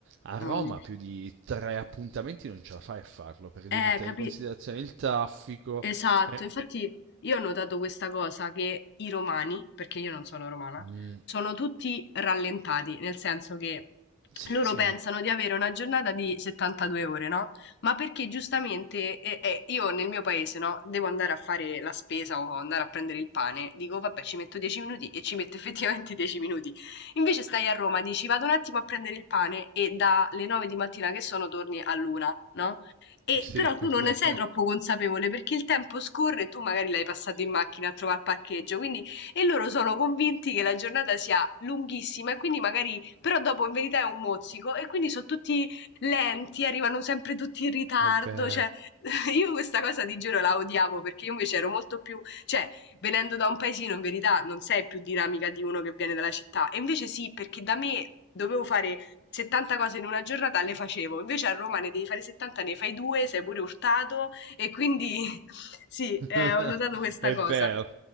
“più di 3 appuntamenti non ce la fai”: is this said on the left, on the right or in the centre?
Right